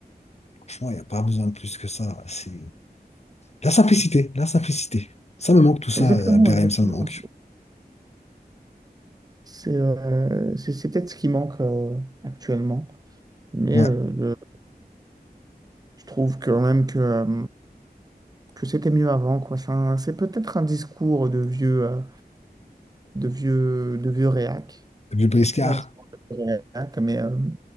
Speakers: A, on the left (about 40°); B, on the right (about 25°).
A: Franchement, il n'y a pas besoin de plus que ça. C'est la simplicité, la simplicité. Ça me manque tout ça,
B: Exactement,
A: euh, à Bérem,
B: exactement.
A: ça me manque.
B: C'est euh, c'est c'est peut-être ce qui manque euh, actuellement, mais
A: Ouais,
B: euh, le- je trouve quand même que, euh, que c'était mieux avant, quoi. C'est un- c'est peut-être un discours de vieux, euh, de vieux, de vieux réac.
A: le briscard.
B: C'est peut-être un discours de vieux réac, mais, euh,